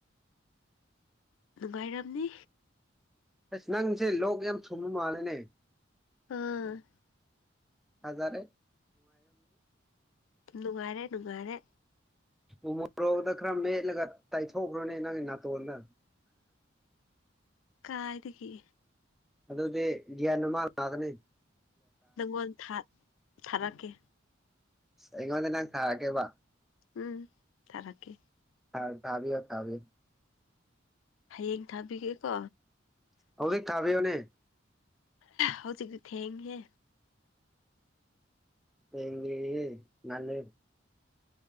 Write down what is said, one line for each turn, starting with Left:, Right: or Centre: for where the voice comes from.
Left: ꯅꯨꯡꯉꯥꯏꯝꯅꯤ
Centre: ꯑꯁ ꯅꯪꯁꯦ ꯂꯣꯛ ꯌꯥꯝ ꯁꯨꯝꯕ ꯃꯥꯜꯂꯦꯅꯦ
Left: ꯑꯝ
Centre: ꯍꯥꯖꯔꯦꯅꯤ
Left: ꯅꯨꯡꯉꯥꯏꯔꯦ ꯅꯨꯡꯉꯥꯏꯔꯦ
Centre: ꯎꯃꯣꯔꯣꯛꯗ ꯈꯔ ꯃꯦꯠꯂꯒ ꯇꯥꯏꯊꯣꯛꯈ꯭ꯔꯣꯅꯦ ꯅꯪꯒꯤ ꯅꯥꯇꯣꯟꯗ
Left: <unintelligible> ꯀꯥꯏꯗꯒꯤ
Centre: ꯑꯗꯨꯗꯗꯤ ꯭ꯌꯥꯟꯃꯜꯂꯗꯅꯦ
Left: ꯅꯪꯉꯣꯟ ꯊꯥꯔꯛꯀꯦ
Centre: ꯑꯩꯉꯣꯟꯗ ꯅꯪ ꯊꯔꯒꯦꯕ
Left: ꯎꯝ ꯊꯔꯥꯀꯤ
Centre: ꯍ ꯊꯕꯤ ꯊꯕꯤ
Left: ꯍꯌꯦꯡ ꯊꯥꯕꯤꯒꯦꯀꯣ
Centre: ꯍꯧꯖꯤꯛ ꯊꯥꯕꯤꯌꯨꯅꯦ
Left: ꯍꯧꯖꯤꯛꯗꯤ ꯊꯦꯡꯦ
Centre: ꯍ ꯅꯂ